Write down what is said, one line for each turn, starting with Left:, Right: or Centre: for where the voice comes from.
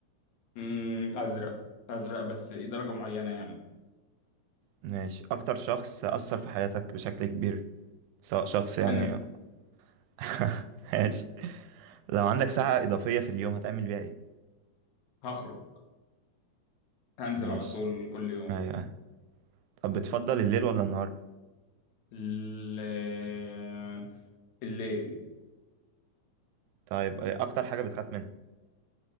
Left: امم ازرق ازرق بس إيه درجه معينه يعني
Right: ماشي أكتر شخص أثر في حياتك بشكل كبير سواء شخص يعني
Left: انا
Right: <laughs> ماشي لو عندك ساعة إضافية في اليوم هتعمل بيها إيه
Left: هخرج هنزل
Right: ماشي
Left: على طول كل يوم
Right: أيوة طب بتفضل الليل ولا النهار
Left: ال- آه، الليل
Right: طيب أكتر حاجة بتخاف منها